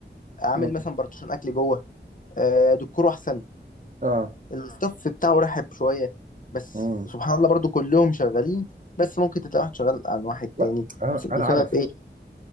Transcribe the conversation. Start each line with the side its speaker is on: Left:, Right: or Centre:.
Left: عامل
Right: امم
Left: مثلا بارتيشن اكل جوه آه، دكتور احسن
Right: اه
Left: الستاف بتاعه رحب شويه بس
Right: امم
Left: سبحان الله برضو كلهم شغالين بس ممكن تلاقي واحد شغال عن واحد
Right: لا
Left: تاني
Right: انا
Left: بس- بسبب
Right: انا عارف
Left: ايه